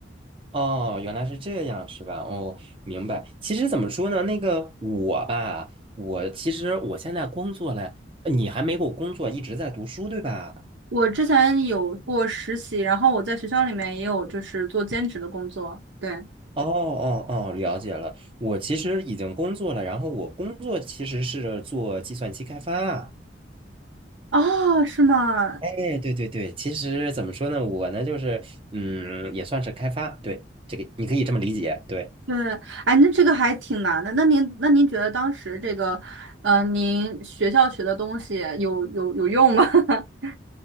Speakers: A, on the right; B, on the right.
A: 哦，原来是这样，是吧？哦，明白。其实怎么说呢，那个我吧，我其实我现在工作了，呃你还没给我工作，一直在读书，对吧？
B: 我之前有过实习，然后我在学校里面也有就是做兼职的工作。对，
A: 哦哦哦，了解了。我其实已经工作了，然后我工作其实是做计算机开发。
B: 哦，是吗？
A: 哎，对对对，其实怎么说呢，我呢就是，嗯，也算是开发，对，这个你可以这么理解，对。
B: 对，哎，那这个还挺难的。那您那您觉得当时这个，呃，您学校学的东西有有有用吗？<laughs>